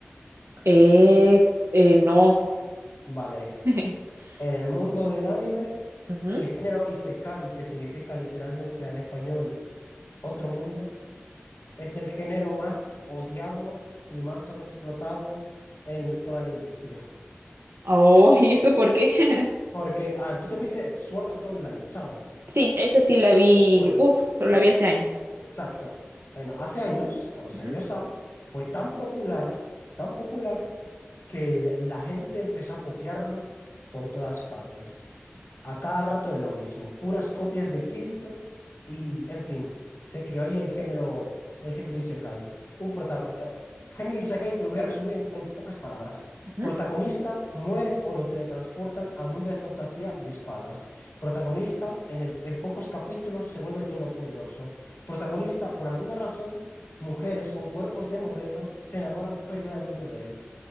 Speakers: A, on the right; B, on the left.
A: Eh, eh, no.
B: Vale,
A: <laughs>
B: en el mundo del anime,
A: Ujú.
B: el género isekai, que significa literalmente al español otro mundo, es el género más odiado y más sobreexplotado en toda la industria.
A: Oh, <laughs> ¿y eso por qué? <laughs>
B: Porque, a ver, tú te viste Sword Art Online, SAO.
A: Sí, esa sí la vi,
B: Bueno,
A: uf, pero la vi hace años.
B: Exacto. Bueno, hace años, cuando salió
A: Ujú,
B: Saw fue tan popular, tan popular, que la gente empezó a copiarlo por todas partes. A cada rato de lo mismo, puras copias de Kirito y, en fin, se creó ahí el género, el género Isekai. Un protago- eh, género Isekai te lo voy a resumir en, en pocas palabras.
A: ujú.
B: Protagonista muere o lo teletransportan a mundo de fantasía y espadas. Protagonista en el, en pocos capítulos se vuelve todopoderoso. Protagonista, por alguna razón, mujeres con cuerpos de modelo se enamoran perdidamente de él.